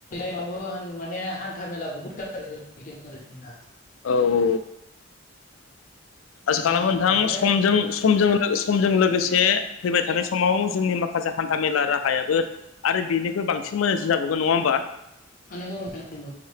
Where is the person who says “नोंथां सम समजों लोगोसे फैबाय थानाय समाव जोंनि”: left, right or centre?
Left